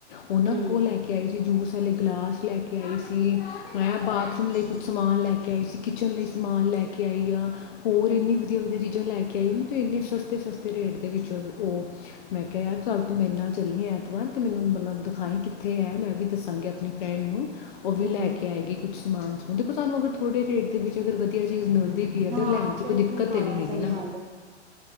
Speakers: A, on the left (about 50°); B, on the right (about 15°).
A: ਉਹਨਾਂ
B: ਹੂੰ
A: ਕੋਲ ਲੈ ਕੇ ਆਈ। ਜੂਸ ਵਾਲੇ ਗਲਾਸ ਲੈ ਕੇ ਆਈ ਸੀ। ਮੈਂ ਬਾਥੂਮ
B: ਅੱਛਾ
A: ਲਈ ਕੁੱ ਸਮਾਨ ਲੈ ਕੇ ਆਏ ਸੀ। ਕਿਚਨ ਲਈ ਸਮਾਨ ਲੈ ਕੇ ਆਈ ਆ। ਹੋਰ
B: ਹੂੰ
A: ਇੰਨੀ ਵਧੀਆ ਵਧੀਆ ਚੀਜ਼ ਲੈ ਕੇ ਕਈਆਂ ਨੂੰ ਤਾਂ ਇੰਨੇ ਸਸਤੇ ਸਸਤੇ ਰੇਟ ਦੇ ਵਿੱਚ ਉਹ ਮੈਂ ਕਿਹਾ ਯਾਰ ਚੱਲ ਤੂੰ ਮੇਰੇ ਨਾਲ ਚੱਲੀ ਐਤਵਾਰ ਤੇ ਮੈਨੂੰ ਮਤਲਬ ਦਿਖਾਈ ਕਿੱਥੇ ਹੈ ਮੈਂ ਵੀ ਦੱਸਾਂਗੇ ਆਪਣੀ ਫਰੈਂਡ ਨੂੰ ਉਹ ਵੀ
B: ਹੂੰ
A: ਲੈ
B: ਹੂੰ
A: ਕੇ ਆਏਗੀ। ਕੁੱਛ ਸਮਾਨ ਉਹ ਦੇਖੋ ਸਾਨੂੰ ਅਗਰ ਥੋੜ੍ਹੇ ਰੇਟ ਦੇ ਵਿੱਚ ਅਗਰ ਵਧੀਆ ਚੀਜ਼ ਮਿਲ ਪਈ ਐ
B: ਹਾਂ
A: ਤੇ ਲੈਣ ਚ
B: ਫੇਰ
A: ਕੋਈ ਦਿੱਕਤ
B: ਕੀ ਮਾੜਾ
A: ਤੇ ਨਹੀਂ ਹੈਗੀ
B: ਸਹੀ
A: ਨਾ
B: ਗੱਲ ਏ